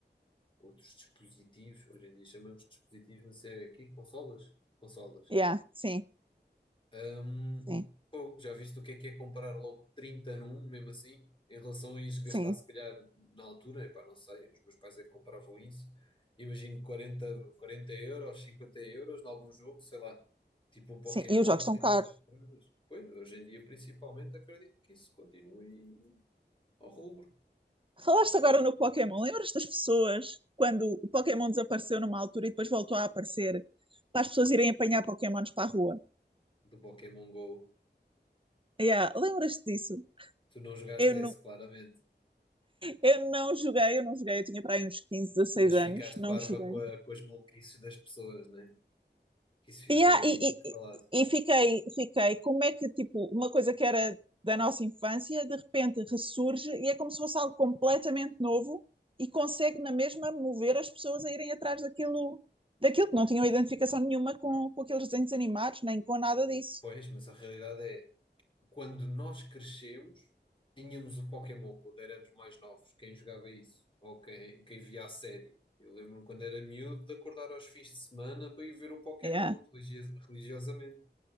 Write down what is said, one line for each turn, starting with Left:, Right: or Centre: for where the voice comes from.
Left: outros dispositivos, hoje em dia chamamos de dispositivos, mas é aqui, consolas? Consolas.
Right: Yeah, sim,
Left: Hum,
Right: sim,
Left: pô, já viste o que é que é comprar logo 30 num, mesmo assim? Em relação a isso, gastar
Right: sim,
Left: se calhar na altura, epá, não sei, os meus pais é que compravam isso. Imagino 40, 40 euros, 50 euros em algum jogo, sei lá, tipo o Pokémon,
Right: sim. E os jogos estão
Left: tipo
Right: caros.
Left: essas coisas. Pois, hoje em dia, principalmente, acredito que isso continue ao rubro
Right: Falaste agora no Pokémon, lembras das pessoas quando o Pokémon desapareceu numa altura e depois voltou a aparecer para as pessoas irem apanhar Pokémons para a rua?
Left: do Pokémon Go.
Right: Yeah, lembras-te disso?
Left: Tu não jogaste
Right: Eu
Left: esse,
Right: não,
Left: claramente,
Right: eu não joguei, eu não joguei, eu tinha para aí uns 15, 16
Left: mas
Right: anos,
Left: ficaste
Right: não
Left: parva
Right: joguei.
Left: com, a- com as maluquices das pessoas, né? Que isso ficou
Right: E, há-
Left: aí
Right: e,
Left: muito
Right: e, e
Left: falado.
Right: e fiquei, fiquei, como é que, tipo, uma coisa que era da nossa infância, de repente ressurge e é como se fosse algo completamente novo e consegue na mesma mover as pessoas a irem atrás daquilo, daquilo que não tinham identificação nenhuma com, com aqueles desenhos animados, nem com nada disso.
Left: Pois, mas a realidade é. quando nós crescemos, tínhamos o Pokémon quando éramos mais novos, quem jogava isso, ou quem, quem via a série. Eu lembro-me quando era miúdo de acordar aos fins de semana para ir ver o Pokémon
Right: Yeah.
Left: religio- religiosamente.